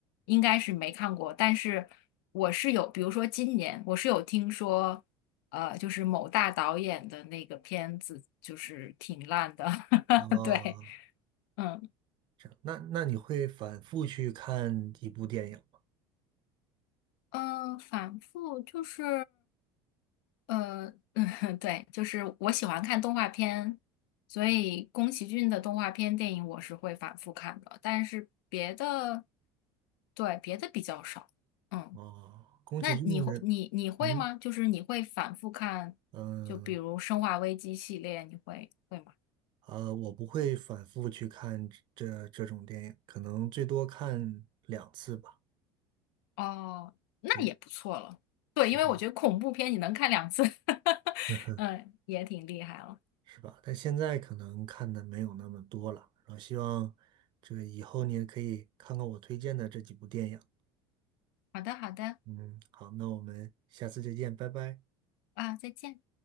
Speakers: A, on the left; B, on the right.
A: 应该是没看过，但是我是有，比如说今年我是有听说。呃，就是某大导演的那个片子，就是挺烂的。<laughs>
B: 啊。
A: 对，嗯
B: 这样那那你会反复去看一部电影吗？
A: 嗯，呃反复就是呃，<laughs> 嗯，对，就是我喜欢看动画片，所以宫崎骏的动画片电影我是会反复看的，但是别的，对，别的比较少。嗯，
B: 哦，宫崎骏的，
A: 那你会你你会吗？
B: 嗯
A: 就是你会反复看，
B: 嗯
A: 就比如《生化危机》系列，你会会吗？
B: 呃，我不会反复去看这这种电影，可能最多看两次吧，
A: 哦，那也不错了。
B: 对，
A: 对，
B: 是吧？
A: 因为我觉得恐怖片你能看两次，<laughs>
B: <laughs> 嗯哼，
A: 嗯，也挺厉害了。
B: 是吧？但现在可能看的没有那么多了，然后希望这个以后你也可以看看我推荐的这几部电影。
A: 好的，好的，
B: 嗯，好，那我们下次再见，拜拜。
A: 啊，再见。